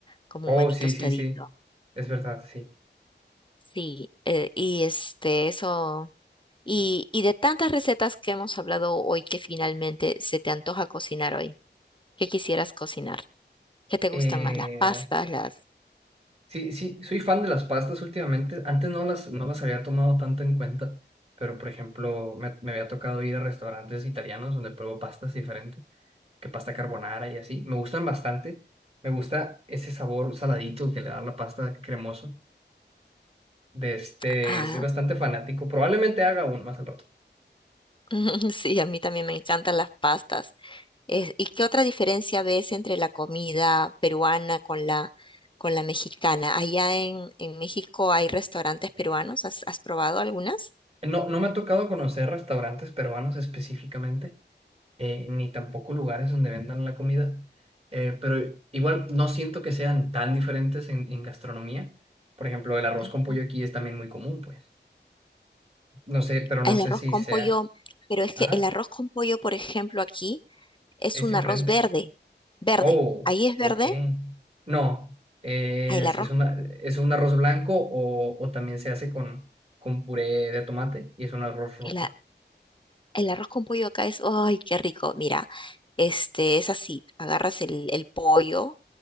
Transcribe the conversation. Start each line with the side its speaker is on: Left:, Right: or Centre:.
Left: como
Right: Oh,
Left: un maní
Right: sí,
Left: tostadito.
Right: sí, sí. Es verdad, sí.
Left: Sí, eh, y este, eso, y, y de tantas recetas que hemos hablado hoy que finalmente se te antoja cocinar hoy, ¿qué quisieras cocinar? ¿Qué te gustan
Right: Eh,
Left: más? Las pastas, las...
Right: sí, sí, soy fan de las pastas últimamente. Antes no las, no las había tomado tanto en cuenta, pero por ejemplo, me, me había tocado ir a restaurantes italianos donde pruebo pastas diferentes, que pasta carbonara y así. Me gustan bastante. Me gusta ese sabor saladito que le da la pasta cremoso. De este,
Left: Ah,
Right: soy bastante fanático. Probablemente haga aún más al rato.
Left: <laughs> sí, a mí también me encantan las pastas. Es- ¿y qué otra diferencia ves entre la comida peruana con la, con la mexicana? Allá en, en México hay restaurantes peruanos, ¿has, has probado algunas?
Right: No, no me ha tocado conocer restaurantes peruanos específicamente, eh, ni tampoco lugares donde vendan la comida, eh, pero igual no siento que sean tan diferentes en, en gastronomía. Por ejemplo, el arroz
Left: Ujú.
Right: con pollo aquí es también muy común, pues. No sé, pero
Left: El
Right: no sé
Left: arroz
Right: si
Left: con
Right: sea...
Left: pollo, pero es
Right: Ajá,
Left: que el arroz con pollo, por ejemplo, aquí es
Right: es
Left: un
Right: diferente.
Left: arroz verde, verde.
Right: Oh,
Left: Ahí es verde,
Right: ok. No, eh,
Left: ah, el
Right: es,
Left: arroz,
Right: es una, es un arroz blanco o, o también se hace con, con puré de tomate y es un arroz rojo.
Left: el, a- el arroz con pollo acá es, ¡ay, qué rico! Mira, Este es así, agarras el, el pollo,